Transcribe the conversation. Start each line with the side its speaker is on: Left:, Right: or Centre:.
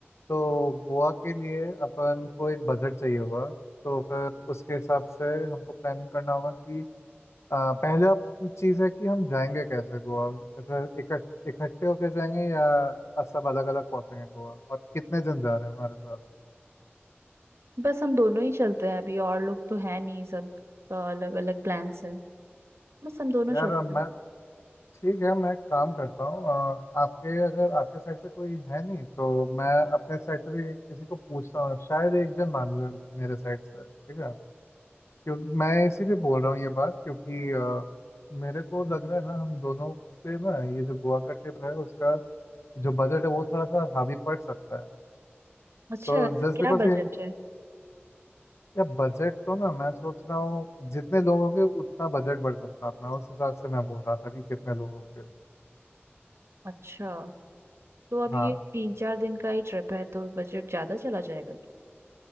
Left: तो गोवा के लिए अपन को एक बजट चाहिए होगा तो फिर उसके हिसाब से हमको प्लानिंग करना होगा कि अ, पहला चीज़ है कि हम जाएंगे कैसे गोवा इधर इकट इकट्ठे होके जाएंगे या सब अलग अलग पहुंचेंगे गोवा और कितने जन जा रहे हैं हमारे साथ
Right: बस हम दोनों ही चलते हैं अभी और लोग तो है नहीं सब अलग अलग प्लान्स है बस हम दोनों
Left: यार
Right: चलते
Left: अ, मैं
Right: हैं
Left: ठीक है मैं एक काम करता हूँ अ, आपके अगर आपके साइड से कोई है नहीं तो मैं अपने साइड से भी किसी को पूछता हूँ शायद एक जन मान ले मेरे साइड से ठीक है क्यों मैं इसीलिए बोल रहा हूँ ये बात क्योंकि अ, मेरे को लग रहा है ना हम दोनों पे ना ये जो गोवा का ट्रिप है उसका जो बजट है वो थोड़ा सा हावी पड़ सकता है
Right: अच्छा
Left: तो
Right: वैसे
Left: जस्ट
Right: क्या
Left: बिकॉज
Right: बजट
Left: ये
Right: है
Left: या बजट तो ना मैं सोच रहा हूँ जितने लोग होंगे उतना बजट बढ़ सकता है अपना उस हिसाब से मैं बोल रहा था कि कितने लोग होंगे
Right: अच्छा तो अब
Left: हाँ
Right: ये तीन चार दिन का ही ट्रिप है तो बजट ज्यादा चला जाएगा क्या